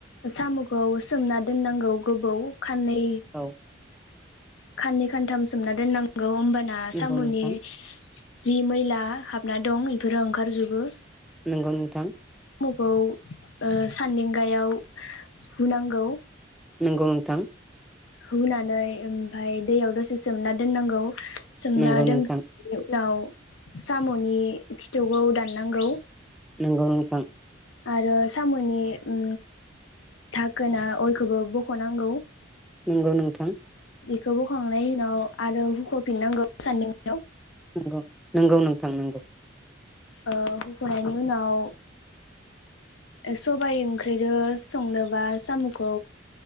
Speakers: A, on the left; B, in the centre.
A: साम'खौ सोमना दोननांगौ गोबौ खाननै
B: औ
A: साननै खानथाम सोमना दोननांगौ होनबा ना
B: नंगौ
A: साम'नि
B: नोंथां
A: जि मैला हाबना दं बेफोरो ओंखारजोबो
B: नंगौ गोथां
A: खौ ओ सान्दिंगायाव हुनांगौ
B: नंगौ नोंथां
A: हुनानै ओमफफ्राय दैयाव दसे सोमना दोननांगौ सोमनादो
B: नंगौ नोंथां
A: <unintelligible> उनाव साम'नि खिथौखौ दाननांगौ
B: नंगौ नोंथां
A: आरो साम'नि ओ दाखोना अ इखौबो बख'नांगौ
B: नंगौ नोंथां
A: बेखौ बखखांनायनि उनाव आरो हुख'फिननांगौ सानदें
B: नंगौ नंगौ नोंथां नंगौ
A: ओ हुख'नायनि उनाव सबाय ओंख्रिजों संनोबा साम'खौ